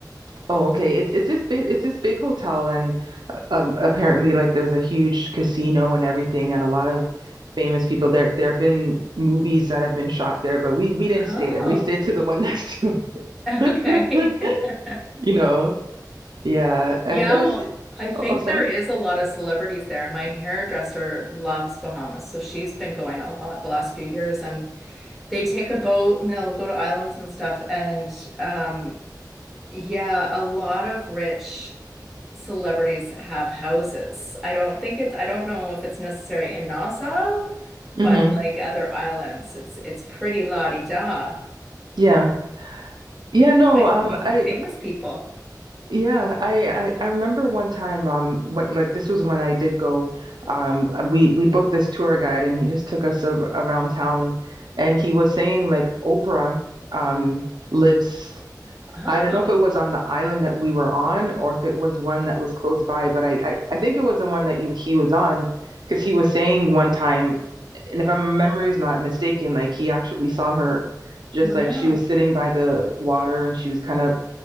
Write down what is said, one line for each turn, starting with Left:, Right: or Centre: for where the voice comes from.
Right: Oh, okay. It's it's this big it's this big hotel, and uh, um, apparently like there's a huge casino and everything, and a lot of famous people there. There have been movies that have been shot there, but we we didn't
Centre: Oh,
Right: stay there. We stayed to the one <laughs> next to
Centre: <laughs>
Right: it.
Centre: okay.
Right: <laughs>
Centre: <laughs>
Right: You know. Yeah, and
Centre: Yeah,
Right: it was
Centre: well, I think
Right: oh, oh sorry.
Centre: there is a lot of celebrities there. My hairdresser loves Bahamas, so she's been going a lot the last few years, and they take a boat and they'll go to islands and stuff. And um, yeah, a lot of rich celebrities have houses. I don't think it's, I don't know if it's necessary in Nassau,
Right: hmm
Centre: but like other islands, it's it's pretty la-di-da.
Right: Yeah. Yeah, no,
Centre: Might
Right: um
Centre: see some
Right: I
Centre: famous people.
Right: yeah, I, I I remember one time um what like this was when I did go um uh, we we booked this tour guide and he just took us a, around town and he was saying like Oprah um lives
Centre: Oh,
Right: I don't know if it was on the island that we were on or if it was one that was close by, but I, I, I think it was the one that you, he was on because he was saying one time, and if my memory is not mistaken, like he actually saw her just
Centre: wow.
Right: like she was sitting by the water and she was kind of,